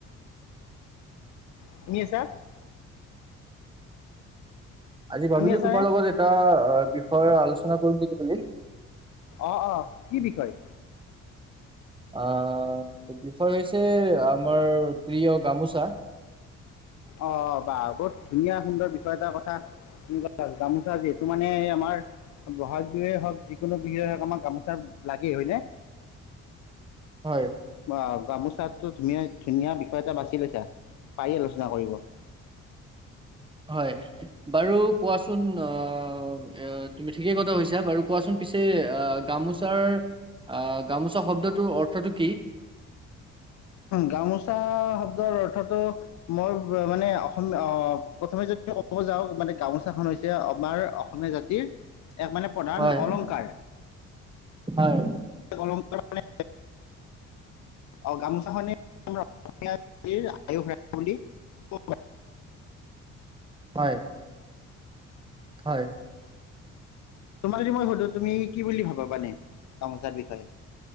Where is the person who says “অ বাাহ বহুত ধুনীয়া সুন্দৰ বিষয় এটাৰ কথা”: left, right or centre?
Left